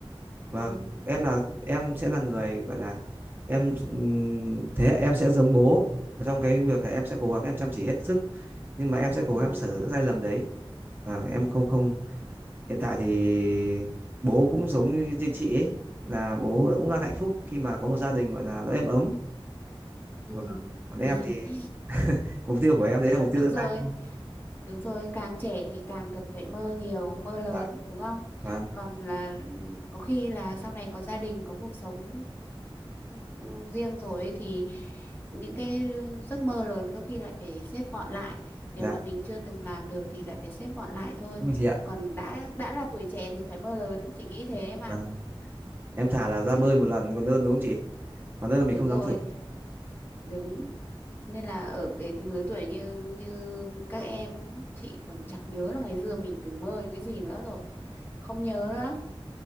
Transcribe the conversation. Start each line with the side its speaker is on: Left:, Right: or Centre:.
Right: Vâng,
Left: ừ
Right: em là em sẽ là người gọi là em ừm, thế em sẽ giống bố Và trong cái việc là em sẽ cố gắng em chăm chỉ hết sức nhưng mà em sẽ cố
Left: ừ
Right: gắng em sửa những sai lầm đấy. Vâng, em không không hiện tại thì bố cũng giống như trên chị ấy là bố cũng đang hạnh phúc khi mà có một gia đình gọi là nó êm ấm.
Left: ừ
Right: Vâng. Còn em
Left: <laughs>
Right: thì mục tiêu của em đấy là mục tiêu
Left: đúng
Right: tương
Left: rồi
Right: lai thôi.
Left: đúng rồi càng trẻ thì càng cần phải mơ nhiều mơ lớn
Right: Vâng,
Left: đúng không
Right: vâng,
Left: còn là có khi là sau này có gia đình có cuộc sống ừ, riêng rồi ấy, thì những cái giấc mơ lớn có khi lại phải xếp gọn lại nếu
Right: dạ,
Left: mà mình chưa từng làm được thì lại phải xếp gọn lại thôi
Right: đúng rồi chị ạ.
Left: còn đã đã là tuổi trẻ thì phải mơ lớn chị nghĩ thế em
Right: Vâng,
Left: ạ
Right: em thả là ra
Left: chứ
Right: bơi một lần còn hơn đúng không chị? Còn hơn là mình
Left: đúng
Right: không
Left: rồi
Right: dám thử.
Left: đúng nên là ở cái lứa tuổi như như các em chị còn chẳng nhớ là ngày xưa mình từng mơ những cái gì nữa rồi không nhớ nữa